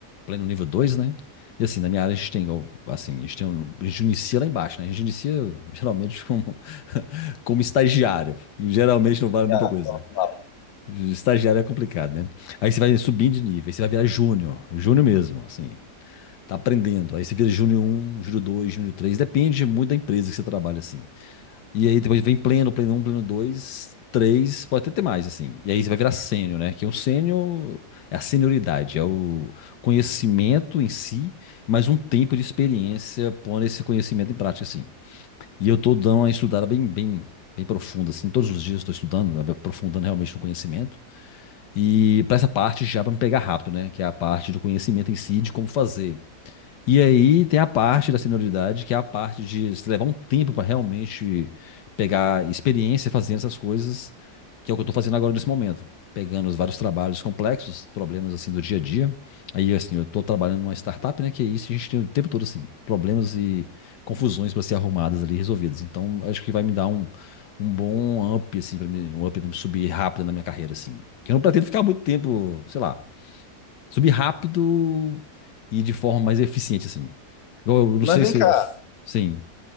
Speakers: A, on the left; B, on the left.
A: pleno nível 2, né? E assim, na minha área a gente tem, igual, assim, a gente, tem um- a gente inicia lá embaixo, né? A gente inicia geralmente como, <laughs> como estagiário. E geralmente não vale muita
B: Ah,
A: coisa.
B: papo.
A: Estagiário é complicado, né? Aí você vai subindo de nível, aí você vai virar júnior, júnior mesmo, assim. Tá aprendendo. Aí você vira júnior um, júnior 2, júnior 3. depende muito da empresa que você trabalha, assim. E aí depois vem pleno, pleno um pleno 2 3 pode até ter mais, assim. E aí você vai virar sênior, né? Que é um sênior, é a senioridade, é o conhecimento em si, mas um tempo de experiência pondo esse conhecimento em prática, assim. E eu tô dando uma estudada bem, bem, bem profunda, assim. Todos os dias estou estudando, né? aprofundando realmente no conhecimento. E para essa parte já para me pegar rápido, né? Que é a parte do conhecimento em si, de como fazer. E aí tem a parte da senioridade, que é a parte de se levar um tempo para realmente pegar experiência fazendo essas coisas, que é o que eu estou fazendo agora nesse momento. Pegando os vários trabalhos complexos, problemas assim do dia a dia. Aí, assim, eu estou trabalhando numa startup, né? Que é isso, a gente tem o tempo todo, assim, problemas e confusões para ser arrumadas ali, resolvidas. Então, acho que vai me dar um, um bom up, assim, para mim, um up para me subir rápido na minha carreira, assim. Que eu não pretendo ficar muito tempo, sei lá, Subir rápido e de forma mais eficiente, assim. Igual Eu não
B: Mas
A: sei
B: vem
A: se
B: cá,
A: eu... Sim,